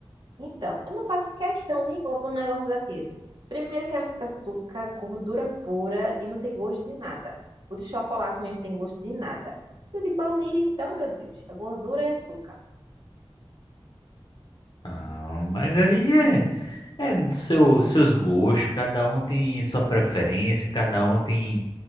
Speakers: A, on the right; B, on the left.
A: Então, eu não faço questão nenhuma para um negócio daquele. Primeiro que é muito açúcar, gordura pura e não tem gosto de nada. O de chocolate mesmo tem gosto de nada. E o de baunilha, então, meu Deus, é gordura e açúcar.
B: ah, mas aí é, é seu, seus gostos, cada um tem sua preferência, cada um tem